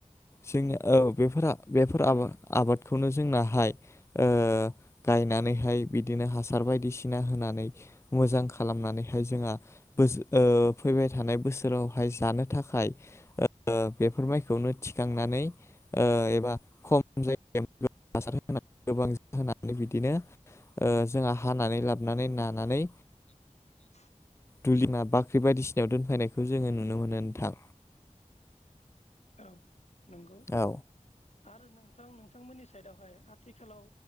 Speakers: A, on the left; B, on the left.
A: जोंनि औ बेफोरा-बेफोर आबा आबादखौनो जोंनाहाय ओ गायनानैहाय बिदिनो हासार बायदिसिना होना नानै मोजां खालामनानैहाय जोंहा बोस उह फैबाय थानाय बोसोरावहाय जानो थाखाय ओ बेफोर माइखौनो थिखांनानै ओ एबा खम जायग <unintelligible> हासार होना गोबां जो हानानै बिदिनो ओ जोंहा हानानै लाबोनानै नानानै
B: <unintelligible>
A: दुलिमा बाख्रि बायदिसिनायाव दोनफायनायखौ जोङो नुनो नोंथां।
B: औ नोंगौ
A: औ
B: आरो नोंथां नों थांमोननि साइदआवहाय आथिखालाव